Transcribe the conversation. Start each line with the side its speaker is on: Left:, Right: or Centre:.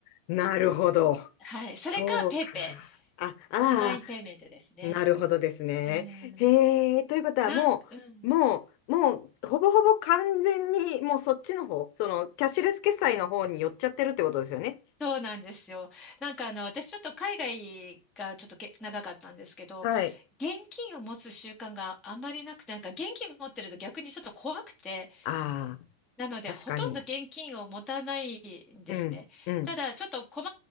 Left: なるほど。
Centre: はい。それかペイペイ。
Left: そうか。あ、あ
Centre: オンラインペイメントですね。
Left: なるほどですね。
Centre: うん。
Left: へえ、ということはもう、
Centre: なん、うん。
Left: もう、もう、ほぼほぼ完全に、もうそっちの方、その、キャッシュレス決済の方に寄っちゃってるってことですよね。
Centre: そうなんですよ。なんかあの、私ちょっと海外がちょっとけ長かったんですけど、
Left: はい。
Centre: 現金を持つ習慣があんまりなくて、なんか現金持ってると逆にちょっと怖くて、
Left: ああ、
Centre: なのでほとんど現金を持たないんですね。
Left: 確かに。うん、うん。
Centre: ただちょっと困